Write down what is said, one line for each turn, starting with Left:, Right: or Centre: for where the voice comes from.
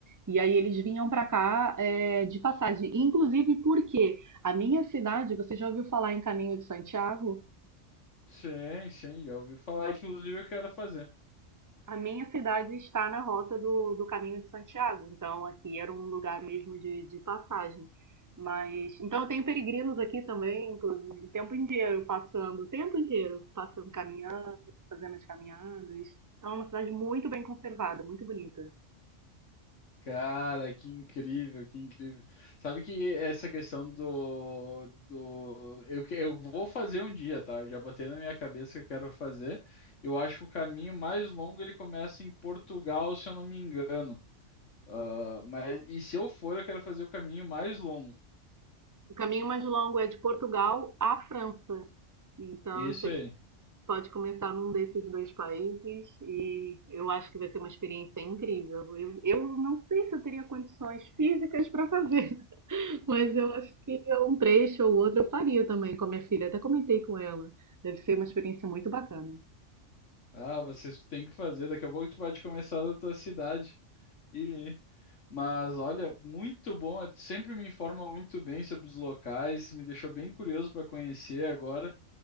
Right: e aí eles vinham para cá eh, de passagem. Inclusive porque a minha cidade, você já ouviu falar em Caminho de Santiago?
Left: Sim, sim, já ouvi falar, inclusive eu quero fazer.
Right: A minha cidade está na rota do, do Caminho de Santiago, então aqui era um lugar mesmo de, de passagem. Mas então eu tenho peregrinos aqui também, inclusive, o tempo inteiro passando, o tempo inteiro passando, caminhando, fazendo as caminhadas. Então é uma cidade muito bem conservada, muito bonita.
Left: Cara, que incrível, que incrível. Sabe que essa questão do, do eu, que- eu vou fazer um dia, tá? Eu já botei na minha cabeça que eu quero fazer. Eu acho que o caminho mais longo ele começa em Portugal, se eu não me engano. Ah, mas e se eu for, eu quero fazer o caminho mais longo.
Right: O caminho mais longo é de Portugal à França. Então
Left: Isso
Right: você
Left: aí.
Right: pode começar num desses dois países e eu acho que vai ser uma experiência incrível. Eu, eu não sei se eu teria condições físicas para fazer. Mas eu acho que é um trecho ou outro eu faria também com a minha filha. Até comentei com ela. Deve ser uma experiência muito bacana.
Left: Ah, vocês têm que fazer. Daqui a pouco tu pode começar da tua cidade. E, mas olha, muito bom. eh, Sempre me informa muito bem sobre os locais. Me deixou bem curioso para conhecer agora.